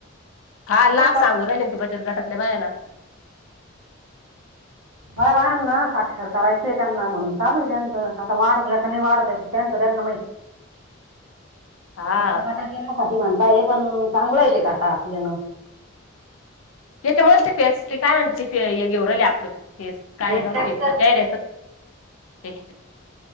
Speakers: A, on the right; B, on the left.
A: म्हणूनच
B: हा लाख
A: गट
B: सांगून राहिल ना ते, बचत घटातल्या बायाला.
A: मला बाहेंना साक्षर करायचंय, त्यांना म्हणून चालू आहे. त्यांचं वाढत नाही का नाही, वाढत त्यांच त्यांना माहित.
B: हा
A: पिण्यासाठीठी म्हणता, हे पण चांगलं येते कातानो
B: त्याे मोस्ट फेसट काय म्हणते तिथ गेवले आपलं ते काय
A: हेच
B: गमतोय
A: कॅप्चर
B: र्याच ते